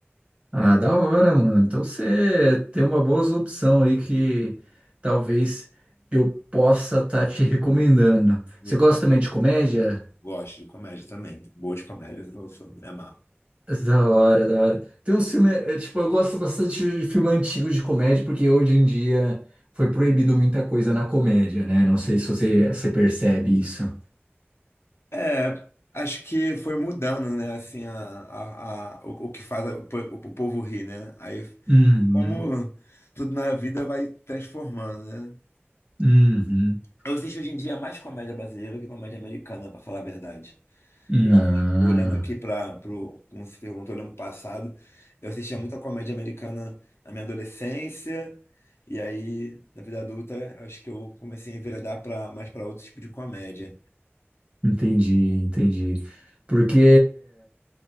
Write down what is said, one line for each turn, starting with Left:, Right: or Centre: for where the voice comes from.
Right: Ah, da hora, mano. Então você tem uma boa opção aí que talvez eu possa estar te recomendando.
Left: Me
Right: Você
Left: comprei.
Right: gosta também de comédia?
Left: Gosto de comédia também. Boas comédias, eu sou- me amarro.
Right: Da hora, da hora. Tem um filme, é, tipo, eu gosto bastante de filme antigo de comédia, porque hoje em dia foi proibido muita coisa na comédia, né? Não sei se você, você percebe isso.
Left: É, acho que foi mudando, né? Assim, a, a, a- o, o que faz o, po- o povo rir, né? Aí,
Right: Uhum,
Left: como tudo na vida vai transformando, né?
Right: uhum.
Left: Eu assisto hoje em dia mais comédia brasileira que comédia americana, pra falar a verdade.
Right: Não,
Left: Eu acho. Olhando aqui para pro, como se perguntou, olhando pro passado, eu assistia muita comédia americana na minha adolescência, e aí, na vida adulta, eu acho que eu comecei a enveredar pra, mais para outro tipo de comédia.
Right: entendi, entendi. Porque